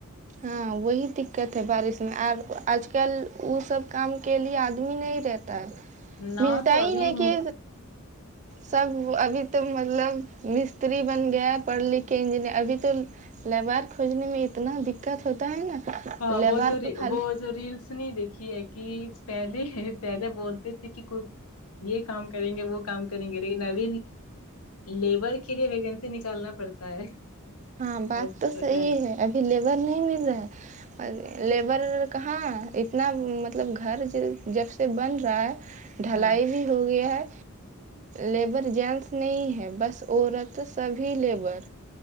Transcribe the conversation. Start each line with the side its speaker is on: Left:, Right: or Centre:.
Right: ہاں وہی دککت ہے بارش میں اور آج کل وہ سب کام کے لیے آدمی نہیں رہ تا ہے
Left: نہ
Right: ملتا
Left: تو ابھی
Right: ہی نہیں کی سب ابھی تو مطلب مستری بن گیا ہے پڑھ لکھ کے انجینئر ابھی تو لوار کھوجنے میں اتنا دقت ہوتا ہے نا
Left: ہاں
Right: لیبار
Left: وہ جو
Right: تو خالی
Left: وہ جو ریلس نہیں دیکھی ہے کہ پہلے پہلے بولتے تھے کہ یہ کام کریں گے وہ کام کریں گے لیکن ابھی لیبر کے لیے ویکنسی نکالنا پڑتا ہے
Right: ہاں بات
Left: ویس-
Right: تو صحیح
Left: وے-
Right: ہے ابھی لیبر نہیں مل رہا ہے لیبر کہاں اتنا مطلب گھر جب سے بن رہا ہے ڈھلائی
Left: ہاں
Right: بھی ہو گیا ہے لیبر جینس نہیں ہے بس عورت سبھی لیبر